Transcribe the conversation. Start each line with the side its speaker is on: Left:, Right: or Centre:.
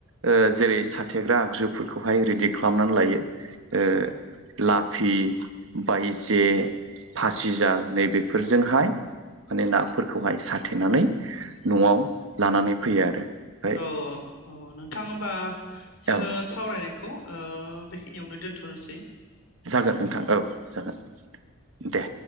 Right: ओ जेरै साथेग्रा आगजुफोरखौहाय रेडि खालामनानै लायो ओ
Left: औ
Right: ला फि बायजे फासिजाल नैबेफोरजोंहाय माने नाफोरखौहाय साथेनानै नआव लानानै फैयो आरो ओमफ्राय
Left: औ औ नोंथां होमबा जोंङो
Right: औ
Left: सावरायनायखौ ओ बेखिनियावनो दोनथनोसै
Right: जागोन नोंथां औ जागोन दे